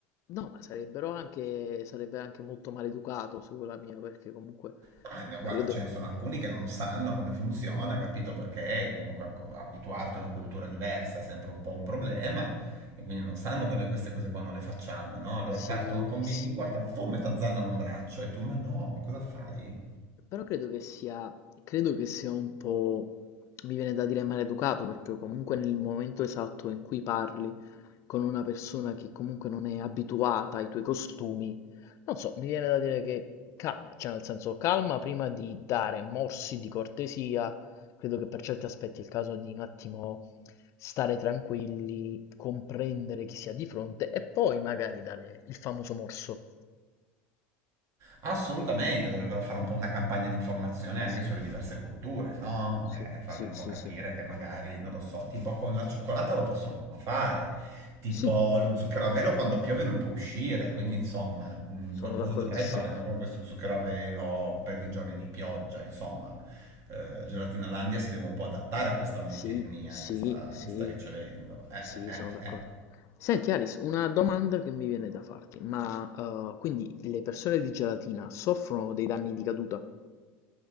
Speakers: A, on the left (about 45°); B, on the right (about 45°).
A: No, ma sarebbero anche sarebbe anche molto maleducato sulla mia, perché comunque
B: Ah, no,
A: credo
B: guarda, ce ne sono alcuni che non sanno come funziona, capito? Perché comunque acco- abituarti a una cultura diversa è sempre un po' un problema e quindi non sanno che noi queste cose qua non le facciamo, no? Allora
A: sì,
B: partono convinti
A: sì,
B: in quarta, fum, e t'azzannano un braccio e tu, ma no, cosa fai?
A: però credo che sia credo che sia un po' mi viene da dire maleducato, perché comunque nel momento esatto in cui parli Con una persona che comunque non è abituata ai tuoi costumi, non so, mi viene da dire che calma, cioè nel senso calma prima di dare morsi di cortesia, credo che per certi aspetti è il caso di un attimo stare tranquilli, comprendere chi si ha di fronte e poi magari dare il famoso morso.
B: Assolutamente, dovrebbero fare un po' una campagna di informazione anche
A: Sì,
B: sulle diverse culture, no?
A: sì,
B: E, e fargli
A: sì,
B: un
A: sì,
B: po' capire
A: sì.
B: che magari, non lo so, tipo con la cioccolata lo possono fare, tipo
A: Sì,
B: lo zucchero a velo quando piove non può uscire, quindi insomma, mh,
A: sono
B: qualcosa
A: d'accordissimo.
B: dovrai fare, no? Con questo zucchero a velo per i giorni di pioggia, insomma. Eh, Gelatina Landia si deve un po' adattare a questa multietnia
A: Sì, sì,
B: che sta,
A: sì,
B: che sta ricevendo. Eh,
A: sì,
B: eh, eh,
A: sono d'accordo.
B: eh. eh.
A: Senti Aris, una domanda che mi viene da farti, ma eh, quindi le persone di gelatina soffrono dei danni di caduta?